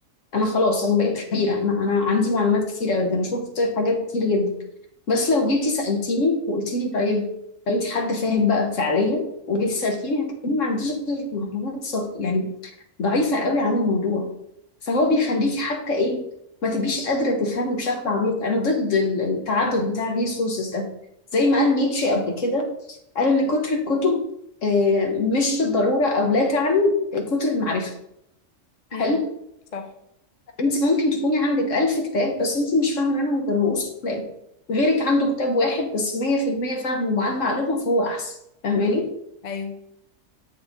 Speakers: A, on the left; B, on the left.
A: انا خلاص انا بقيت خبيره انا انا عندي معلومات كتيره قوي انا شفت حاجات كتير جدا بس لو جيتي سالتيني وقلتي لي طيب لو انت حد فاهم بقى فعليا وجيتي سالتيني هتلاقيني ما عنديش غير معلومات صغ- يعني ضعيفه قوي عن الموضوع فهو بيخليكي حتى ايه ما تبقيش قادره تفهمي بشكل عميق انا ضد ال- التعدد بتاع الريسورسز ده زي ما قال نيتشه قبل كده قال ان كتر الكتب آه، مش بالضروره او لا تعني كتر المعرفه
B: امم
A: هل
B: صح
A: انت ممكن تكوني عندك ألف كتاب بس انت مش فاهمة منهم غير رؤوس الأقلام غيرك عنده كتاب واحد بس 100% فاهمه ومعاه المعلومة فهو أحسن فاهماني
B: مم. ايوه